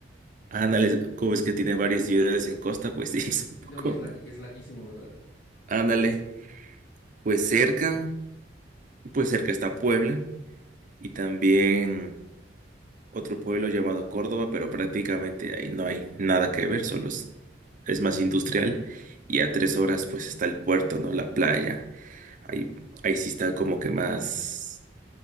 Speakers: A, on the right; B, on the left.
A: ándale, como ves que tiene varias ciudades en costa, pues <laughs> sí, es un
B: Sí,
A: poco.
B: no, y es largui- es larguísimo, ¿verdad?
A: Ándale, pues cerca, pues cerca está Puebla y también otro pueblo llamado Córdoba, pero prácticamente ahí no hay nada que ver, solo es, es más industrial y a tres horas pues está el puerto, ¿no? La playa, ahí, ahí sí está como que más,